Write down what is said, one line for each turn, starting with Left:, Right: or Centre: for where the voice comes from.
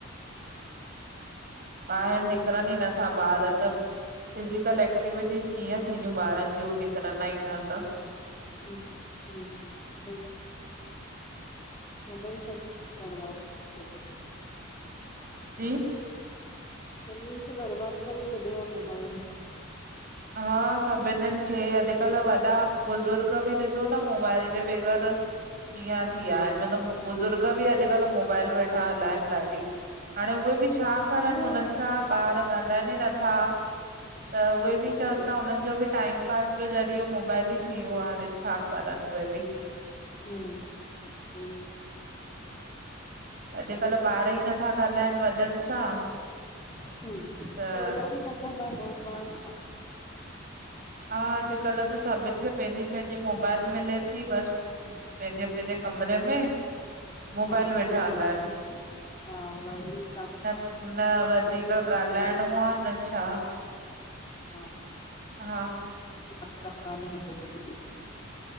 Right: बाहिर
Left: वरी
Right: निकरन ई नथा। ॿार त फिज़िकल एक्टिविटीज़ कीअं थींदियूं ॿारनि जूं निकिरंदा ई न त।
Left: हू हु सही आ मोबाइल सब बरबाद करे छॾियो।
Right: जी
Left: सभिनीन खे बर्बाद करे छॾियो आहे मोबाइलन।
Right: हा सभिननि खे अॼुकल्ह वॾा बुज़ुर्ग बि ॾिसो था मोबाइल जे बग़ैरह कीअं थी विया आहिन, मतिलबु बुज़ुर्ग बि अॼुकल्ह मोबाइल वेठा हलाइन ॾाढी। हाणे उहे बि छा करनि,
Left: हम्म
Right: हुनन सां ॿार ॻाल्हाइनि ई नथा। त उहे बि चवनि
Left: सही
Right: था हुननि जो बि टाइम पास जो ज़रियो मोबाइल ई थी वियो आ हाणे, छा करणु उहे बि।
Left: हम्म सई।
Right: अॼुकल्ह ॿार ई नथा ॻाल्हाइनि वॾनि सां।
Left: ह
Right: त
Left: वॾो बि नथा ॻालाऐन ॿारन सां।
Right: हा अॼुकल्ह त सभिन खे पैंजी पैंजी मोबाइल मिले थी, बस पैंजे पैंजे कमरे में मोबाइल
Left: हा
Right: वेठा
Left: सही
Right: हलाइन।
Left: आ हा वी <inaudible>
Right: न- न वधीक ॻाल्हाइणो आ, न छा!
Left: हा
Right: हा
Left: मतलब कान्हे हिकु <unintelligible>